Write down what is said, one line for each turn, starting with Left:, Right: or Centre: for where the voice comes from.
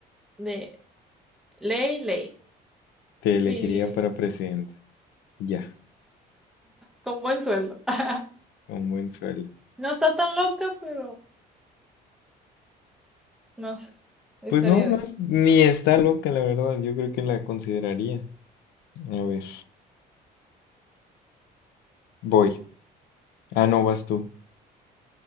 Centre: De ley, ley.
Left: Te elegiría
Centre: Sí,
Left: para presidenta. Ya,
Centre: con buen sueldo. <laughs>
Left: con buen sueldo.
Centre: No está tan loca, pero no sé. Estaría
Left: Pues no, no,
Centre: bien.
Left: es- ni está loca, la verdad. Yo creo que la consideraría. A ver, voy. Ah, no, vas tú.